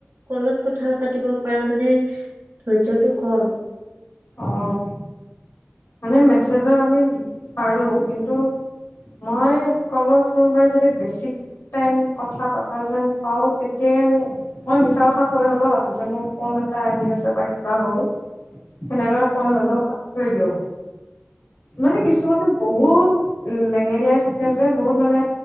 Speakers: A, on the right (about 65°); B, on the left (about 80°).
A: কলত কথা পাতো পাতিব পৰাৰ মানে ধৈৰ্যটো কম
B: অঁ মানে মেছেজত আমি পাৰোঁ কিন্তু মই কলত কোনোবাই যদি বেছিক টাইম কথা পতা যেন পাওঁ তেতিয়াই মই মিছা কথা কৈ হ'ল যে মোৰ ফোন এটা আহি আছে বা কিবা হ'ল সেনেকে কৈ
A: উম
B: হলেও ক থৈ দিও। মানে কিছুমানে বহুত উ লেঙেৰিয়াই থাকে যে বহুত মানে